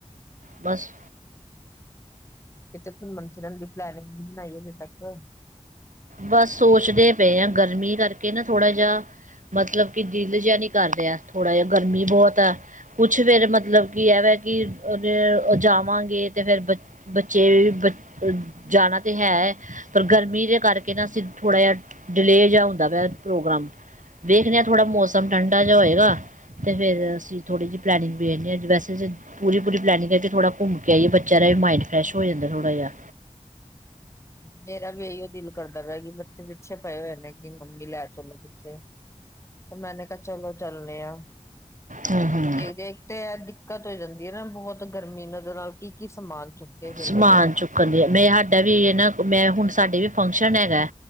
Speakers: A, on the right; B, on the left.
A: ਬਸ।
B: ਕਿਥੇ ਮੰਨਚਰਨ ਦੀ ਪਲੈਨਿੰਗ ਨੀ ਬਣਾਈ ਹਜੇ ਤੱਕ।
A: ਬਸ ਸੋਚਦੇ ਪਏ ਆ, ਗਰਮੀ ਕਰਕੇ ਨਾ ਥੋੜਾ ਜਿਹਾ ਮਤਲਬ ਕਿ ਦਿਲ ਜਿਹਾ ਨਹੀਂ ਕਰ ਰਿਹਾ, ਥੋੜ੍ਹਾ ਜਿਹਾ ਗਰਮੀ ਬਹੁਤ ਆ, ਕੁਛ ਫਿਰ ਮਤਲਬ ਕਿ ਇਹ ਵੀ ਕਿ ਜਾਵਾਂਗੇ ਤੇ ਫੇਰ ਬ ਬੱਚੇ ਵੀ ਜਾਣਾ ਤੇ ਹੈ, ਪਰ ਗਰਮੀ ਦੇ ਕਰਕੇ ਕਰਕੇ ਨ ਅਸੀਂ ਥੋੜ੍ਹਾ ਜਿਹਾ, ਡਿਲੇਅ ਜਿਹਾ ਹੁੰਦਾ ਪਿਆ ਪ੍ਰੋਗਰਾਮ, ਵੇਖਨੇ ਹਾਂ ਥੋੜ੍ਹਾ ਮੌਸਮ ਠੰਡਾ ਜਿਹਾ ਹੋਏਗਾ ਫਿਰ ਅਸੀਂ ਥੋੜ੍ਹੀ ਜਿਹੀ ਪਲੈਨਿੰਗ ਵੇਖਨੇ ਹਾਂ, ਵੈਸੇ ਪੂਰੀ-ਪੂਰੀ ਪਲੈਨਿੰਗ ਹੈ ਕਿ ਥੋੜ੍ਹਾ ਘੁੰਮ ਕੇ ਆਈਏ ਬੱਚਿਆਂ ਦਾ ਵੀ ਮਾਈੰਡ ਫਰੈਸ਼ ਹੋ ਜਾਂਦਾ, ਥੋੜ੍ਹਾ ਜਿਹਾ।
B: ਮੇਰਾ ਵੀ ਇਹੀਓ ਦਿਲ ਕਰਦਾ ਪਿਆ ਵੀ ਮੈਂ ਪਿੱਛੇ ਪਏ ਹੋਏ ਨੇ ਕਿ ਮੰਮੀ ਲੈ ਚਲੋ ਕਿੱਥੇ, ਮੈਂ ਕਿਹਾ ਚਲੋ ਚੱਲਦੇ ਆ
A: ਹਮ ਹਮ
B: ਦੇਖ ਤੇ ਦਿੱਕਤ ਹੋ ਜਾਂਦੀ ਹੈ ਨਾ ਬਹੁਤ ਗਰਮੀ ਨਾਲ ਕੀ ਕੀ ਸਮਾਨ ਚੁੱਕੇ ਫਿਰ
A: ਸਮਾਨ
B: ਬੰਦਾ
A: ਚੁੱਕਣ ਦੀ ਆ ਮੈਂ ਸਾਡਾ ਵੀ ਇਹ ਨਾ ਮੈਂ ਹੁਣ ਸਾਡੇ ਵੀ ਫੰਕਸ਼ਨ ਹੈਗਾ